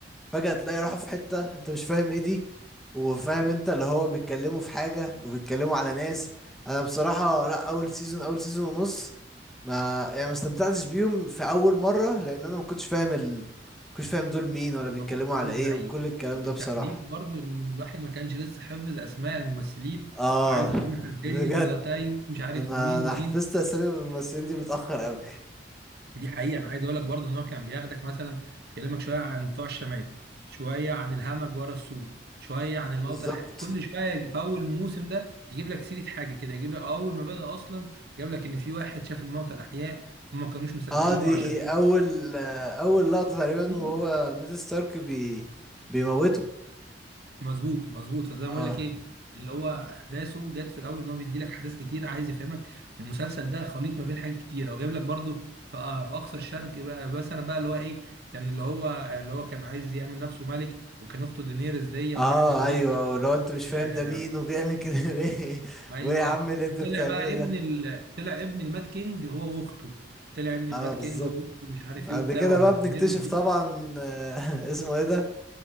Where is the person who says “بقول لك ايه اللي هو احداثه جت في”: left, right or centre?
Right